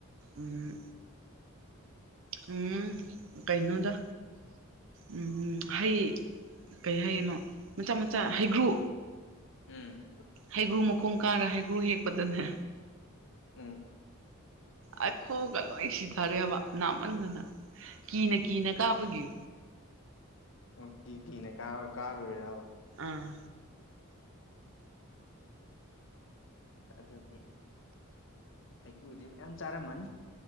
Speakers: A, on the right; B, on the left.
A: ꯎꯝ ꯎꯨꯝ ꯀꯩꯅꯣꯗ ꯎꯝ ꯍꯩ ꯀꯩ ꯍꯩꯅꯣ ꯃꯆꯥ ꯃꯆꯥ ꯍꯩꯒ꯭ꯔꯨ
B: ꯎꯝ
A: ꯍꯩꯒ꯭ꯔꯨ ꯃꯈꯣꯡ ꯀꯥꯔ ꯍꯩꯒ꯭ꯔꯨ ꯍꯦꯛꯄꯗꯅꯦ
B: ꯎꯝ
A: ꯑꯩ ꯈꯣꯒ ꯂꯣꯏ ꯁꯤꯊꯔꯦꯕ ꯅꯥꯃꯟꯗꯅ ꯀꯤꯅ ꯀꯤꯅ ꯀꯥꯕꯒꯤ
B: ꯑꯣ ꯀꯤ ꯀꯤꯅ ꯀꯥꯔ ꯀꯥꯔꯨꯔꯦꯔꯕ
A: ꯑꯥ
B: ꯑꯗꯨꯗꯤ ꯍꯩꯀꯨꯗꯤ ꯃꯌꯥꯝ ꯆꯥꯔꯝꯃꯅꯤ